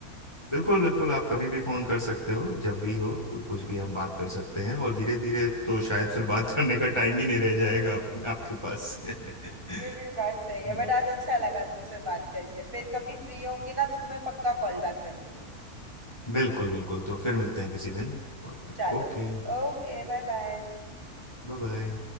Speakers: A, on the left; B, on the right.
A: बिल्कुल बिल्कुल आप कभी भी फोन कर सकते हो जब भी हो कुछ भी हम बात कर सकते हैं और धीरे धीरे तो शायद फिर बात करने का टाइम ही नहीं रह जाएगा आप, आपके पास <laughs>
B: ये भी बात सही है
A: हम्म,
B: बट आज अच्छा लगा तुमसे बात करके फिर कभी फ्री होंगी ना तो तुम्हें पक्का कॉल बैक करूंगी
A: बिल्कुल बिल्कुल तो फिर मिलते हैं किसी दिन कॉल पे
B: चलो
A: Okay
B: ओके बाय बाय
A: bye bye